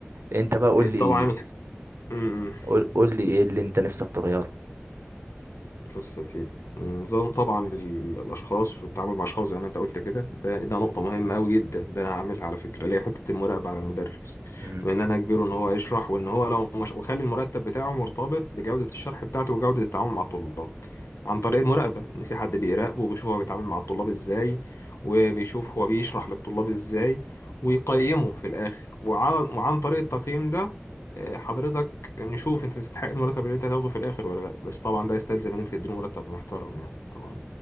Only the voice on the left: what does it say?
طبعا الح- مم.
بص يا سيدي نظام طبعا ال- الاشخاص والتعامل مع اشخاص زي ما انت قلت كده ده ده نقطه مهمه قوي جدا ده انا هعملها على فكره اللي هي حته المراقبه على المدرس
وان انا اجبره ان هو يشرح وان هو لو مش وخلي المرتب بتاعه مرتبط بجوده الشرح بتاعته وجوده التعامل مع الطلاب عن طريق المراقبه ان في حد بيراقبه وبيشوف هو بيتعامل مع الطلاب ازاي وبيشوف هو بيشرح للطلاب ازاي ويقيمه في الاخر وعن, وعن طريق التقييم ده آه، حضرتك يعني نشوف انت تستحق المرتب اللي انت هتاخده في الاخر ولا لا بس طبعا ده يستلزم ان انت تديله مرتب محترم يعني طبعا